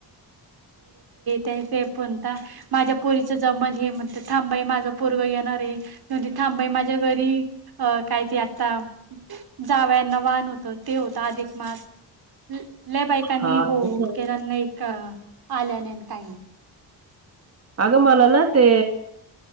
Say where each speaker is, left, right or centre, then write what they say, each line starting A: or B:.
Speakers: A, on the right (about 60°); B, on the right (about 35°).
A: तेण माझ्या पोरी जमल माझ पोरग येणारे ते त थांबाई माझ्या घरी अ कायती आता जावयाना वान होत ते होतं अधिक मास लले बाईकांनी
B: हा
A: हो
B: त्याच्या
A: केलाना आल्या नाही काही नाही
B: अगमाला ना ते